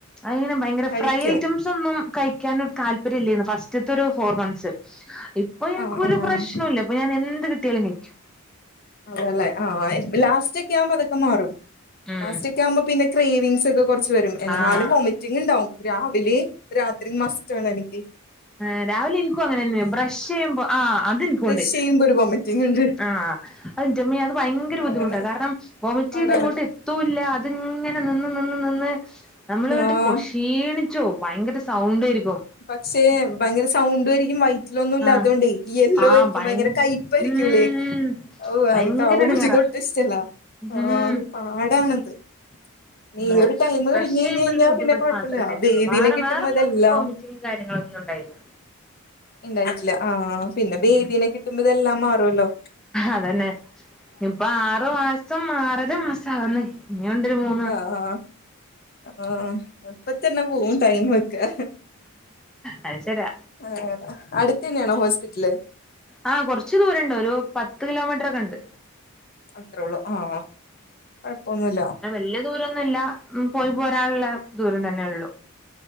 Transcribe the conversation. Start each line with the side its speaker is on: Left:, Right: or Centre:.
Centre: അങ്ങനെ ഭയങ്കര
Left: കഴിക്കും
Centre: ഫ്രൈ ഐറ്റംസ് ഒന്നും കഴിക്കാനൻ താല്പര്യം ഇല്ലയിരുന്നു ഫസ്റ്റത്തെ ഒരു ഫോർ മന്ത്സ് ഇപ്പൊ എനിക്കരു
Left: ആഹ് ആഹ്
Centre: പ്രശ്നല്ല ഇപ്പൊ ഞാൻ എന്ത് കിട്ടിയാലും കയിക്കും
Left: അതെല്ലേ ആഹ് ഇപ്പം ലാസ്റ്റ് ഒക്കെ ആവുമ്പോ അതൊക്കെ മാറും
Centre: ഉം
Left: ലാസ്റ്റക് ആകുമ്പോ പിന്നെ ക്രേവിങ്സ് ഒക്കെ കുറച്ച് വരും എന്നാലും
Centre: ആഹ്
Left: വോമിറ്റിംഗ് ഉണ്ടാവും രാവിലെ രാത്രി മസ്റ്റ്ണ് എനിക്ക്
Centre: ആഹ് രാവിലെ എനിക്കും അങ്ങനെന്നെ ബ്രഷ് ചെയ്യുമ്പോ ആഹ് അതെനിക്കും
Left: ബ്രഷ്
Centre: ഉണ്ട്
Left: ചെയ്യുമ്പോ ഒരു വൊമിറ്റിംഗ് ഉണ്ട്
Centre: ആഹ് അയിന്റെമ്മേ അത് ഭയങ്കര
Left: അങ്ങനെ
Centre: ബുദ്ധിമുട്ടാണ് കാരണം വോമിറ്റ്
Left: പാടാണ്
Centre: ചെയ്ത് ഇങ്ങോട്ട് എത്തൂല്ല അത് അങ്ങനെ നിന്ന് നിന്ന് നിന്ന് നമ്മള് ഇങ്ങട്ട്
Left: ആഹ്
Centre: കൊ ശീണിച്ചോ ഭയങ്കര സൗണ്ട് ആയിരിക്കും
Left: പക്ഷെ ഭയങ്കരം സൗണ്ട് ആരിക്കും വൈ വട്ടൊന്നും ഇല്ല
Centre: ആഹ്
Left: അതുകൊണ്ട് യെല്ലോ
Centre: ആഹ്
Left: ആയിരിക്കുമ്പോ
Centre: ഭയ
Left: ഭയങ്കര കയപ്പായിരിക്കും
Centre: ഉം
Left: ഇല്ലേ ഔ
Centre: ഭയങ്കര
Left: അനക്ക് <unintelligible>
Centre: എടങ്ങേറാ
Left: ഇതിഷ്ടല്ല ആഹ്
Centre: ഉം
Left: ഒര് പാടാണത് ഉം
Centre: അതെ
Left: ഒരു ടൈമ
Centre: ബ്രഷ്
Left: കഴിഞ്ഞ്
Centre: ചെയ്യുമ്പൊള്ളൊരു
Left: കഴിഞ്ഞ് കഴിഞ്ഞാ
Centre: ബുദ്ധിമുട്ട്
Left: പിന്നെ കൊഴപ്പല്ല
Centre: മാത്രേ ഉണ്ടായിരുന്നുള്ളൂ
Left: ബേബിനെ
Centre: വേറെ
Left: കിട്ടുമ്പോ
Centre: വേറെള്ള
Left: അതെല്ലാം
Centre: <unintelligible> കാര്യങ്ങളൊന്നും ഉണ്ടായില്ല
Left: ഉണ്ടായിട്ടില്ല ആ പിന്നെ ബേബീ
Centre: ഉം
Left: നെ കിട്ടുമ്പോ ഇതെല്ലാം മാറൊല്ലോ
Centre: അതന്നെ ഇപ്പൊ ആറു മാസം ആറര മാസം ആക്ണ് ഇഞ്ഞുണ്ടൊരു മൂ
Left: ആഹ് ആഹ് അപ്പ തന്നെ പോവും ടൈമൊക്കെ
Centre: അത് ശരിയാ
Left: ആഹ് ടാ അടുത്തന്നേണോ ഹോസ്പിറ്റല്
Centre: ആഹ് കൊറച്ച് ദൂരണ്ട് ഒരു പത്ത് കിലോമീറ്റർ ഒക്കെണ്ട്
Left: അത്രേ ഉള്ളൂ ആഹ് കൊഴപ്പൊന്നുല്ല
Centre: വല്ല്യ ദൂരൊന്നുല്ല ഉം പോയി പോരാന്ള്ള ദൂരം തന്നെ ഉള്ളു